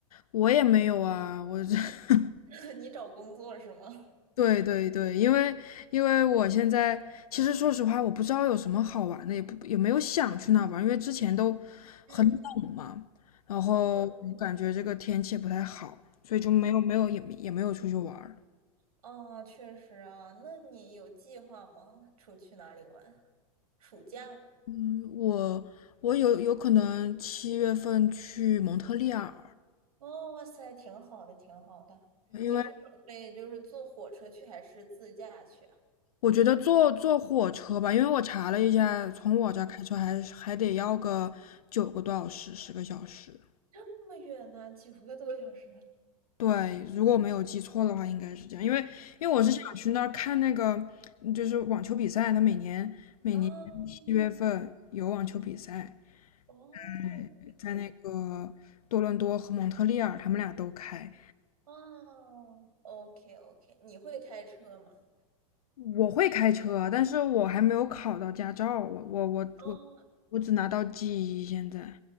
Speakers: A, on the left; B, on the right.
A: 我也没有啊，我这，<laughs>
B: <laughs> 你找工作是吗？<laughs>
A: 对对对，因为因为我现在其实说实话，我不知道有什么好玩的，也不也没有想去那玩，因为之前都
B: 嗯，
A: 很冷嘛，然后感觉这个天气不太好，
B: 嗯，
A: 所以就没有没有也也没有出去玩儿。
B: 哦，确实啊。那你有计划吗？出去哪里玩？暑假？
A: 嗯，我我有有可能七月份去蒙特利尔，
B: 哦，哇塞，挺好的，挺好的。
A: 因为
B: 你是准备就是坐火车去，还是自驾去啊？
A: 我觉得坐坐火车吧，因为我查了一下，从我这儿开车还还得要个九个多小时，十个小时。
B: 这么远呢、九个多小时啊
A: 对，如果我没有记错的话，应该是这样。因为因为我是想去那儿看那个，
B: 哇塞！
A: 嗯就是网球比赛，他每年每年七月份有网球比赛，
B: 啊，哦，
A: 嗯，在那个多伦多和蒙特利尔，
B: 明白。
A: 他们俩都开。
B: 哦，OK OK，你会开车吗？
A: 我会开车，但是我还没有考到驾照，我我我我
B: 哦
A: 我只拿到 G 一现在。